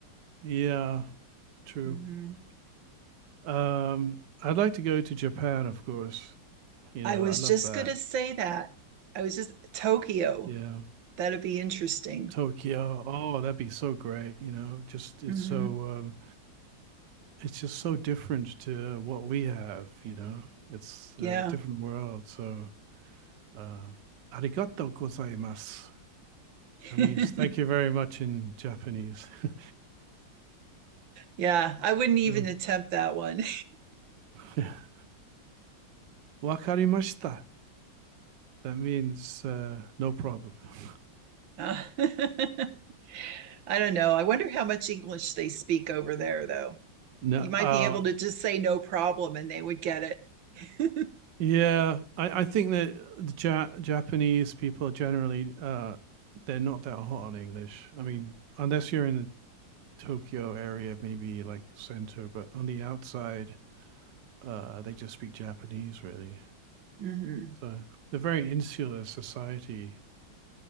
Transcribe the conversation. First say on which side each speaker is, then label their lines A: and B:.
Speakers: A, on the right (about 70°); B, on the right (about 80°).
A: yeah, true.
B: hmm
A: Um, I'd like to go to Japan, of course. You
B: I
A: know,
B: was
A: I love
B: just
A: that.
B: going to say that. I was just Tokyo.
A: Yeah.
B: that'd be interesting.
A: Tokyo. Oh, that'd be so great. You know, just it's
B: hmm
A: so um, it's just so different to what we have. You know, it's
B: Yeah.
A: a different world. So, uh, arigato gozaimasu.
B: <laughs>
A: That means thank you very much in Japanese. <laughs>
B: Yeah, I wouldn't even
A: So,
B: attempt that one.
A: <laughs> Wakarimashita. That means uh, no problem. <laughs>
B: Uh, <laughs> I don't know. I wonder how much English they speak over there, though.
A: No,
B: you might
A: uh,
B: be able to just say no problem and they would get it. <laughs>
A: yeah, I, I think that the ja Japanese people generally uh, they're not that hot on English. I mean, unless you're in the Tokyo area, maybe like center, but on the outside, uh, they just speak Japanese really.
B: hmm
A: So they're very insular society.